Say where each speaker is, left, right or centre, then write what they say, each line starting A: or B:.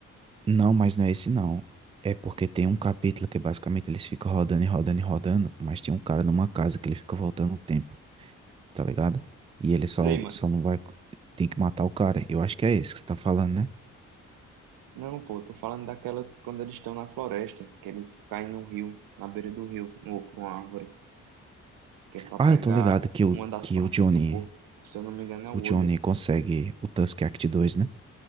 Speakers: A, on the right; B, on the right.
A: Não, mas não é esse não. É porque tem um capítulo que basicamente eles ficam rodando e rodando e rodando, mas tem um cara numa casa que ele fica voltando o tempo, tá ligado? E ele
B: Sei,
A: só,
B: mano.
A: só não vai. Tem que matar o cara. Eu acho que é esse que você tá falando, né?
B: Não, pô, tô falando daquela quando eles estão na floresta, que eles caem no rio, na beira do rio, no, numa árvore, que é pra pegar
A: Ah, eu tô ligado que o,
B: uma das
A: que
B: partes
A: o Johnny.
B: do corpo. Se eu não me engano, é o
A: O Johnny
B: olho.
A: consegue o Tusk Act 2, né?